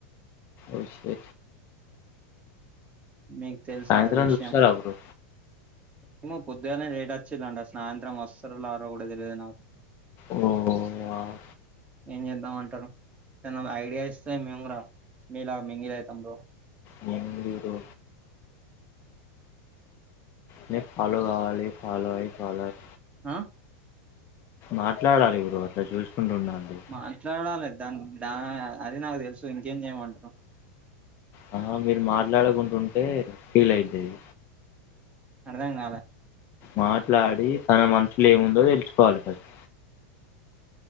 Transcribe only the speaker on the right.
మీకు తెలుసా
అ విషయం.
ఏమో పొద్దుగానే లేట్ వచ్చిలుండే సాయంత్రం వస్తున్నారో రారో కూడా తెలియదు నాకు.
ఏం చేద్దామంటారు ఏదన్నా ఐడియా ఇస్తే మేము కూడా మీలా మింగిలి అవుతాం బ్రో.
ఆహ్.
మాట్లాడాలి దాన్ దా ఆహ్ అది నాకు తెలుసు ఇంకేం చేయమంటావు.
అర్థం కాలే.